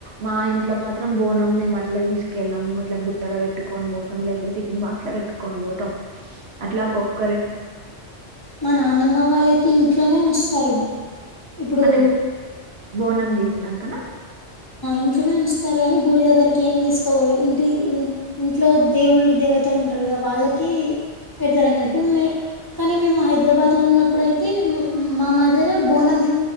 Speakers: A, on the right; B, on the left.
A: మా ఇంట్లో మా మాం పోనం మేము అట్లా తీసుకెళ్ళాం అట్ల బుట్టలో పెట్టుకొని పోతాం లేకపోతే టిఫిన్ బాస్ లో పెట్టుకని పోతాం అట్లా ఒకక్కే
B: మా నానమ్మ వాళ్ళైతే ఇంట్లోనే ఉంచుతారు ఇప్పుడు
A: అంటే బోనం చేసినాకనా
B: ఇంకనే ఉంచుతారు కానీ గుడి దగ్గరికి ఏం తీసుకోవరు ఇంటి ఇంట్లో దేవుళ్ళు దేవతలు ఉంటారు కదా వాళ్ళకి పెడతారు అన్నట్టు మే కానీ మేము హైదరాబాద్లో ఉన్నప్పుడుయితే మా మదర్ బోనం